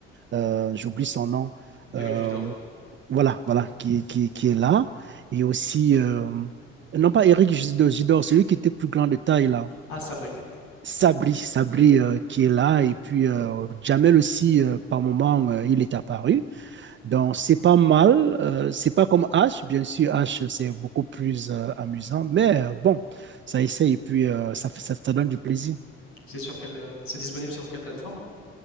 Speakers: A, on the right; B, on the left.
A: euh, j'oublie son nom,
B: Éric
A: euh,
B: Judor.
A: voilà, voilà, qui, qui, qui est là. Et aussi, euh, non pas Eric Judor, Judor, celui qui était plus grand de taille là.
B: Ah, Sabri.
A: Sabri, Sabri
B: Oui.
A: euh, qui est là. Et puis euh, Jamel aussi, euh, par moment, euh, il est apparu. Donc, c'est pas mal. Euh, c'est pas comme H. Bien sûr, H, c'est beaucoup plus euh, amusant. Mais euh, bon, ça essaye et puis euh, ça, fait- ça, ça donne du plaisir.
B: C'est sur quelle, euh, c'est disponible sur quelle plateforme?